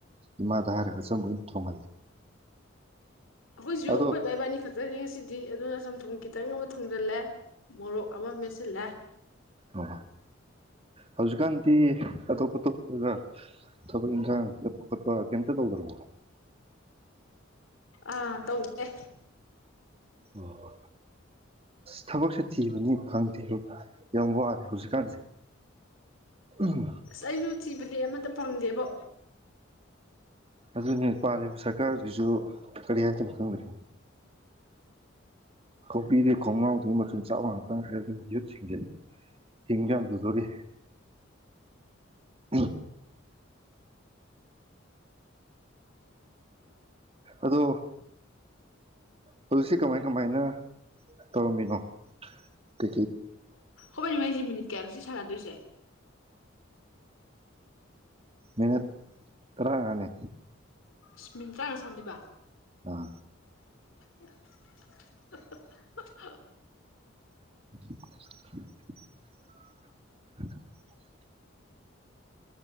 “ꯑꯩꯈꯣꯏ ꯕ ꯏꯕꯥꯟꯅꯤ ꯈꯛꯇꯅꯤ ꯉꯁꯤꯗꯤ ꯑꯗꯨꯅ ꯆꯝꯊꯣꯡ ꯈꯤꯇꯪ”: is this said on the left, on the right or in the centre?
Left